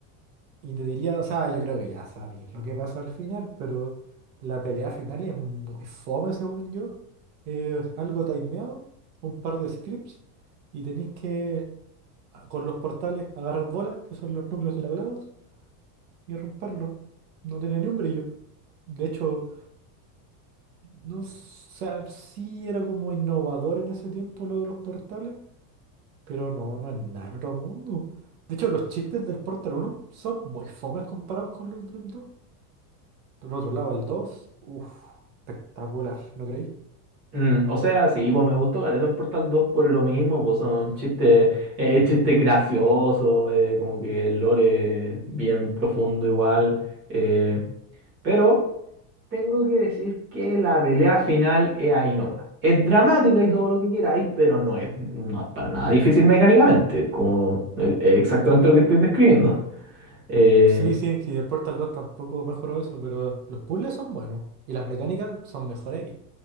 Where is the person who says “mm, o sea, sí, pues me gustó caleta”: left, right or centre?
Right